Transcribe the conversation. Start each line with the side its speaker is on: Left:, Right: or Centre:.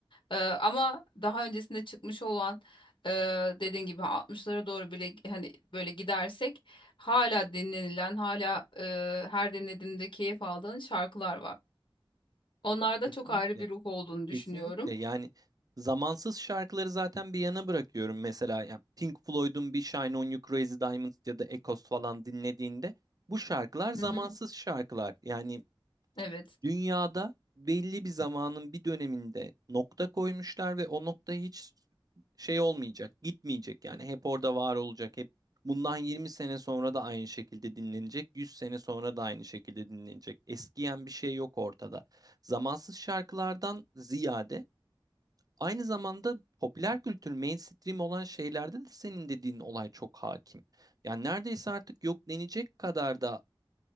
Left: Ee, ama daha öncesinde çıkmış olan ee, dediğin gibi 60'lara doğru bile hani böyle gidersek hala dinlenilen, hala ee, her dinlediğimde keyif aldığın şarkılar var. Onlarda
Right: Kesinlikle.
Left: çok ayrı bir ruh olduğunu
Right: Kesinlikle.
Left: düşünüyorum.
Right: Yani zamansız şarkıları zaten bir yana bırakıyorum. Mesela yani Pink Floyd'un bir Shine On You Crazy Diamonds ya da Echoes falan dinlediğinde bu şarkılar zamansız
Left: Hı hı,
Right: şarkılar. Yani
Left: evet.
Right: Dünyada belli bir zamanın bir döneminde nokta koymuşlar ve o nokta hiç şey olmayacak, gitmeyecek yani hep orada var olacak, hep bundan 20 sene sonra da aynı şekilde dinlenecek, 100 sene sonra da aynı şekilde dinlenecek. Eskiyen bir şey yok ortada. Zamansız şarkılardan ziyade aynı zamanda popüler kültür, mainstream olan şeylerde de senin dediğin olay çok hakim. Yani neredeyse artık yok denecek kadar da